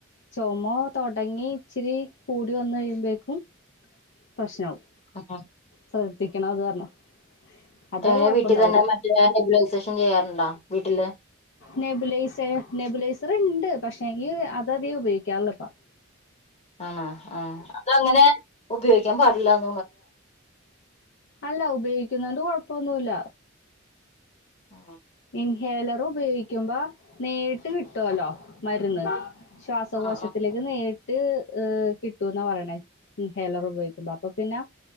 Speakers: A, on the left; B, on the left.
A: ചുമ തൊടങ്ങി ഇച്ചിരി കൂടി വന്ന് കഴിയുമ്പോക്കും പ്രശ്‌നാവും
B: ഉം
A: ശ്രദ്ധിക്കണം അത് കാരണം അതുവരെ
B: ഏ
A: കുഴപ്പണ്ടാവൂല
B: വീട്ടി തന്നെ മറ്റു ന നെബുലൈസേഷൻ ചെയ്യാറുണ്ടോ വീട്ടില്
A: നെബുലൈസർ നെബുലൈസർ ഉണ്ട് പക്ഷേങ്കി അത് അധികം ഉപയോഗിക്കാറില്ലപ്പോ
B: ആ ആ അതങ്ങനെ ഉപയോഗിക്കാൻ പാടില്ലന്ന്
A: അല്ല ഉപയോഗിക്കുന്നോണ്ട് കോ തൊന്നൂല
B: ആ
A: ഇൻഹേലർ ഉപയോഗിക്കുമ്പോ നേരിട്ട് കിട്ടുവല്ലോ മരുന്ന് ശ്വാസകോശത്തിലേക്ക്
B: ആഹ് ആഹ്
A: നേരിട്ട ട്ട് ഹ് കിട്ടൂന്ന പറയണ ഇൻഹേലർ ഉപയോഗിക്കുമ്പോ അപ്പൊ പിന്നെ